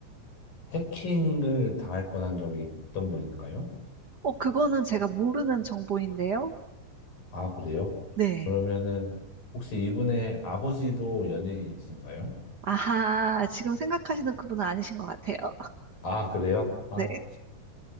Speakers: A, on the left; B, on the right.
A: 해킹을 당할 뻔한 적이 있던 분인가요?
B: 어, 그거는 제가 모르는 정보인데요.
A: 아, 그래요?
B: 네.
A: 그러면은, 혹시 이분의 아버지도 연예인이신가요?
B: 아하, 지금 생각하시는 그분은 아니신 것 같아요. 어,
A: 아, 그래요? 아,
B: 네.